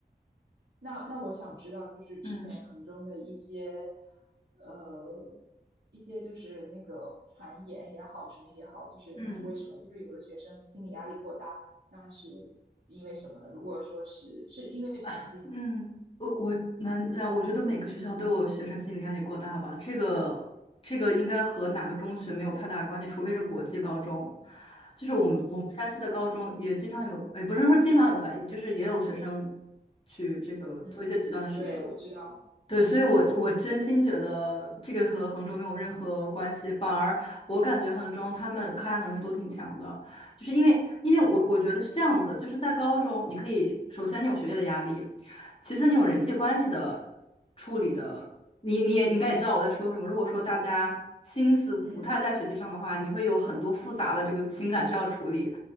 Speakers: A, on the right; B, on the left.
A: 那那我想知道，就是之前衡中的一些，
B: 嗯
A: 呃，一些就是那个传言也好，什么也好，就是那是为什么？
B: 嗯
A: 就是有的学生心理压力过大，那是因为什么呢？如果说是是因为成绩吗？
B: 啊嗯，我我难，啊我觉得每个学校都有学生心理压力过大吧，这个这个应该和哪个中学没有太大关系，除非是国际高中。就是我们我们山西的高中也经常有，
A: 嗯
B: 也不是说经常有吧，也就是也有学生去这个做一些极端的事情。
A: 嗯，对，我知道，
B: 对，所以我，我真心觉得这个和衡中没有任何关系，反而我感觉衡中他们抗压能力都挺强的，就是因为，因为我我觉得是这样子，就是在高中，你可以首先你有学业的压力，其次你有人际关系的
A: 嗯
B: 处理的，你你也你应该也知道我在说什么。如果说大家心思不太在学习上的话，
A: 嗯
B: 你会有很多复杂的这个情感需要处理，